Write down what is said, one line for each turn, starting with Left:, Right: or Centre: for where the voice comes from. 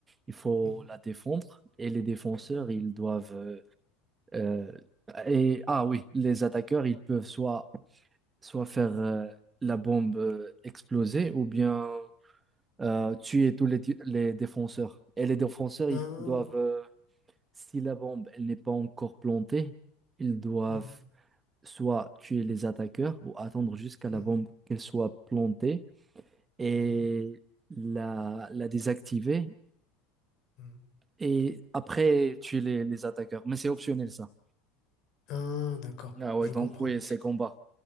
Right: il faut
Left: mhm,
Right: la défendre et les défenseurs
Left: mhm.
Right: ils doivent euh, Euh, et ah oui, les attaqueurs, ils peuvent soit, soit faire euh, la bombe euh, exploser ou bien euh, tuer tous les, di- les défenseurs. Et les défenseurs,
Left: Ah,
Right: ils doivent, euh, si la bombe elle n'est pas encore plantée, ils doivent
Left: mhm,
Right: soit tuer les attaqueurs ou attendre jusqu'à
Left: mhm,
Right: la bombe qu'elle soit plantée et
Left: mhm,
Right: la, la désactiver
Left: mhm.
Right: et après tuer les, les attaqueurs. Mais c'est optionnel ça.
Left: Ah, d'accord.
Right: Ah ouais,
Left: Je
Right: donc
Left: comprends.
Right: oui, c'est combat.